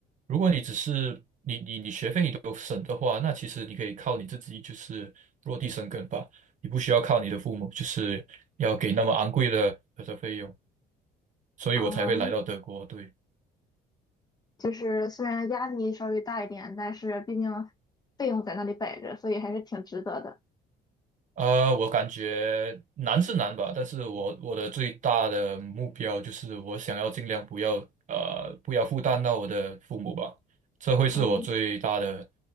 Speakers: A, on the right; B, on the left.
A: 如果你只是你你你学费你都省的话，那其实你可以靠你自己就是落地生根吧，你不需要靠你的父母，就是要给那么昂贵的的费用，所以我才会来到德国，
B: 哦，
A: 对。
B: 就是虽然压力稍微大一点，但是毕竟费用在那里摆着，所以还是挺值得的。
A: 呃，我感觉难是难吧，但是我我的最大的目标就是我想要尽量不要呃不要负担到我的父母吧，这会是我最大的
B: 嗯。